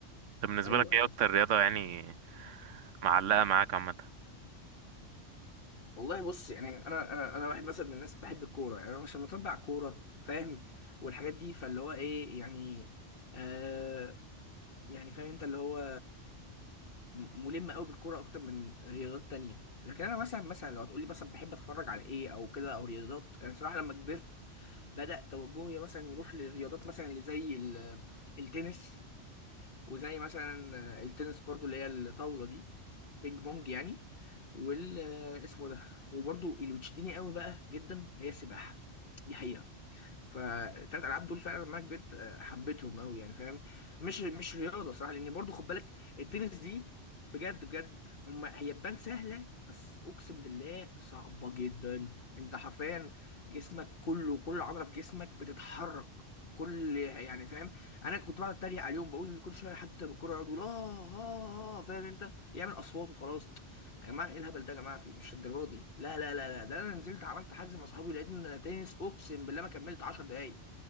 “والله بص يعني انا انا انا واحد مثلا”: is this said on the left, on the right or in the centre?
Left